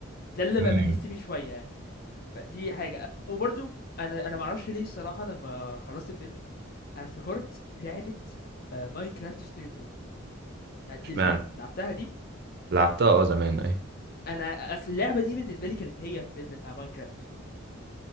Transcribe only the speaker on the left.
ده اللي
ب- بحس بيه شويه يعني فدي حاجه وبرضو انا انا معرفش ليه الصراحه لما خلصت الفيلم انا افتكرت لعبه ماينكرافت ستوري مود بتاعت
تيل تيل لعبتها دي
انا اصل اللعبه دي بالنسبه لي كانت هي الفيلم بتاع ماينكرافت